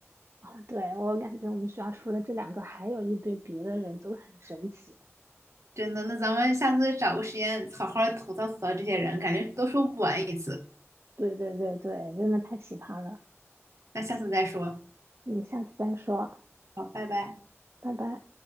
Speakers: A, on the right; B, on the right.
A: 啊，对，我感觉我们学校除了这两个，还有一堆别的人都很神奇。
B: 真的。那咱们下次找个时间好好吐槽吐槽这些人，感觉都说不完一次。
A: 对对对对，真的太奇葩了。
B: 那下次再说，
A: 嗯，下次再说，
B: 好，拜拜。
A: 拜拜。